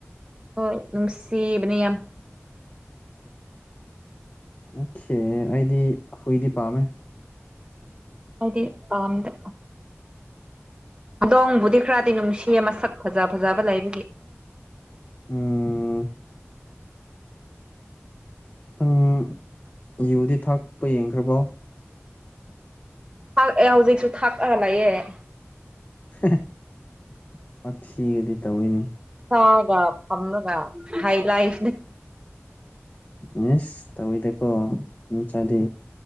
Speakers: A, on the right; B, on the left.
A: ꯍꯣꯏ ꯅꯨꯡꯁꯤꯕꯅꯤ ꯌꯥꯝ
B: ꯑꯣꯈꯦ ꯑꯩꯗꯤ ꯍꯨꯏꯗꯤ ꯄꯥꯝꯃꯦ
A: ꯑꯩꯗꯤ ꯄꯥꯝꯗꯦ ꯍꯗꯣꯡꯕꯨꯗꯤ ꯈ꯭ꯔꯗꯤ ꯅꯨꯡꯁꯤꯌꯦ ꯃꯁꯛ ꯐꯖ ꯐꯖꯕ ꯂꯩꯕꯒꯤ
B: ꯎꯝ <unintelligible> ꯌꯨꯗꯤ ꯊꯛꯄ ꯌꯦꯡꯈ꯭ꯔꯕꯣ
A: ꯊꯛꯑꯦ ꯍꯧꯖꯤꯛꯁꯨ ꯊꯥꯛꯑꯒ ꯂꯩꯌꯦ
B: <unintelligible> ꯋꯥꯊꯤꯒꯗꯤ ꯇꯧꯋꯤꯅꯦ
A: ꯁꯥꯒ ꯊꯝꯔꯒ ꯍꯥꯢ ꯂꯥꯏꯐꯅꯦ
B: ꯃꯤꯁ ꯇꯧꯏꯗꯀꯣ ꯃꯤ ꯃꯆꯥꯗꯤ